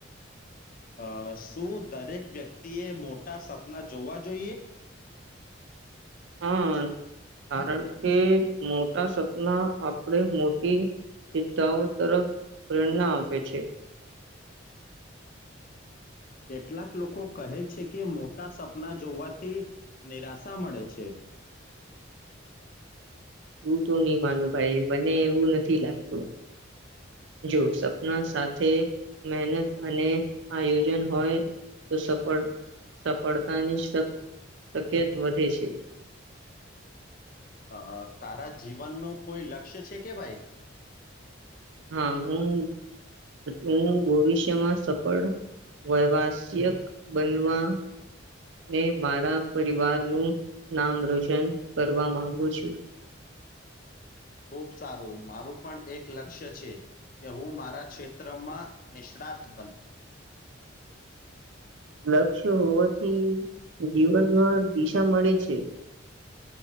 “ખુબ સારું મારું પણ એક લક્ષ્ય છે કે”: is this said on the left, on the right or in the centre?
Left